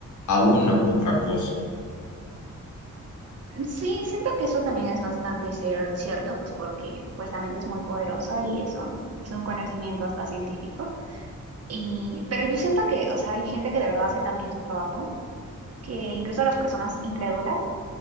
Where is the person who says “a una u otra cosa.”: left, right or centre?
Left